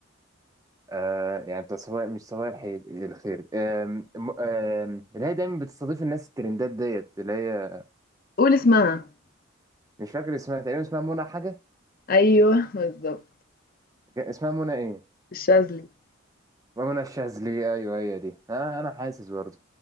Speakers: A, on the right; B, on the left.
A: آه يعني بتاعت صبايا مش صبايا الحي- الخير آم، م- آم، اللي هي دايما بتستضيف الناس الترندات ديت اللي هي
B: قول اسمها
A: مش فاكر اسمها تقريبا اسمها منى حاجة
B: ايوه بالظبط
A: اسمها منى ايه؟
B: الشاذلي
A: منى الشاذلي ايوه هي دي انا انا حاسس برضه